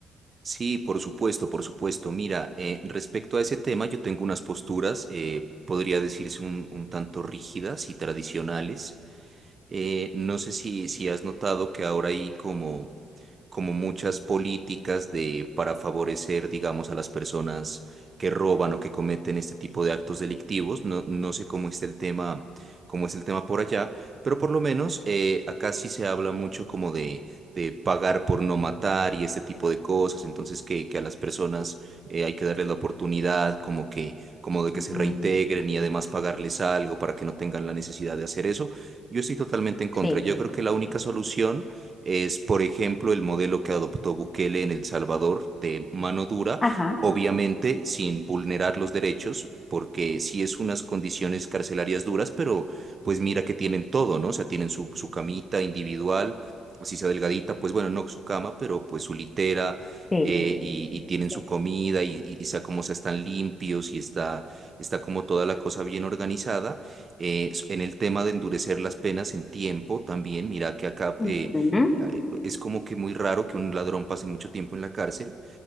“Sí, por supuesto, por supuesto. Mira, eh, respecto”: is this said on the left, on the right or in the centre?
Right